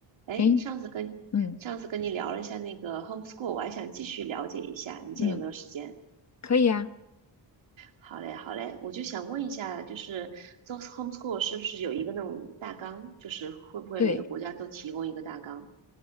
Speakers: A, on the right (about 75°); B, on the left (about 35°).
A: 哎，
B: 诶，
A: 上次跟上次跟你聊了一下那个
B: 嗯
A: homeschool，我还想继续了解一下，你现在有没有时间？
B: 嗯，可以啊，
A: 好嘞，好嘞，我就想问一下，就是做 homeschool 是不是有一个那种大纲？就是会不会每个国家都提供一个大纲？
B: 对